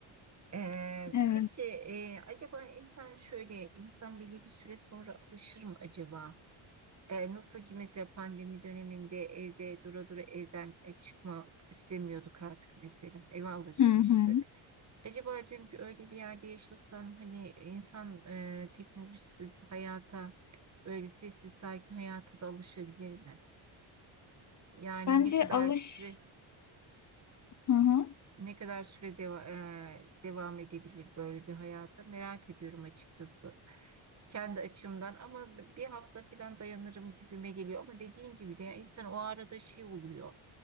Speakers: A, on the right; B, on the left.
A: Ee,
B: Evet.
A: peki e, acaba insan şöyle insan belli bir süre sonra alışır mı acaba? Ee, nasıl ki mesela pandemi döneminde evde dura dura evden e, çıkmak istemiyorduk artık mesela eve alışmıştık.
B: Hı hı.
A: Acaba diyorum ki öyle bir yerde yaşasan hani insan e, teknolojisiz hayata böyle sessiz sakin hayata da alışabilir mi? Yani
B: Bence
A: ne kadar
B: alış.
A: süre
B: Hı hı.
A: ne kadar süre deva- e, devam edebilir böyle bir hayata merak ediyorum açıkçası. kendi açımdan ama bir hafta falan dayanırım gibime geliyor ama dediğin gibi de ya insan o arada şey oluyor